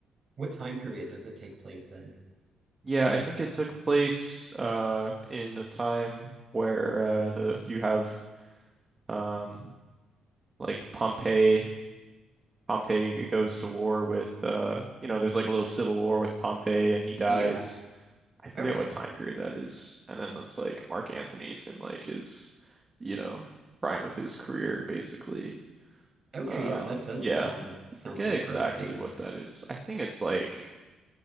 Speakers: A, on the right; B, on the right.
A: What time period does it take place in?
B: Yeah, I think it took place uh in a time where uh the you have um like Pompeii Pompey goes to war with uh you know there's like a little civil war with Pompey and he dies.
A: Yeah.
B: I forget
A: Okay.
B: what time period that is. And then it's like Mark Antony's in like his you know prime of his career basically.
A: Okay,
B: Um
A: yeah, that does
B: yeah.
A: sound
B: I
A: sound
B: forget
A: interesting.
B: exactly what that is. I think it's like